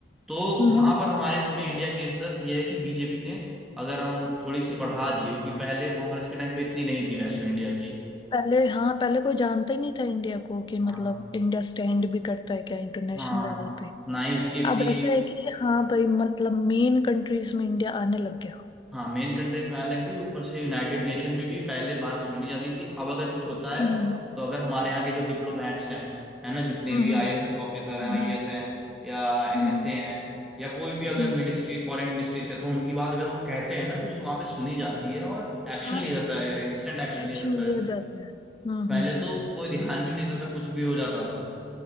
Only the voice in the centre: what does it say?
तो
वहां पर हमारी थोड़ी इंडिया की इज्जत यह है कि बीजेपी ने अगर हम थोड़ी सी बढ़ा दी है, क्योंकि पहले कांग्रेस के टाइम पे इतनी नहीं थी वैल्यू इंडिया की
हाँ
हाँ
ना ही उसकी इतनी
हाँ मेन कंट्रीज में अलग लगी ऊपर से यूनाइटेड नेशन में भी पहले बात सुनी नहीं जाती थी अब अगर कुछ होता है
तो अगर हमारे यहाँ के जो डिप्लोमेट्स हैं है ना जितने
भी आईएफएस ऑफिसर हैं
आईएएस हैं या
एनएसए हैं या कोई भी अगर
मिनिस्ट्री फॉरेन मिनिस्ट्री से तो उनकी बात अगर वो कहते हैं ना कुछ तो वहाँ पे सुनी जाती है और एक्शन
लिया जाता है इंस्टेंट एक्शन
लिया जाता
है
पहले
तो कोई ध्यान भी नहीं देता था कुछ भी हो जाता था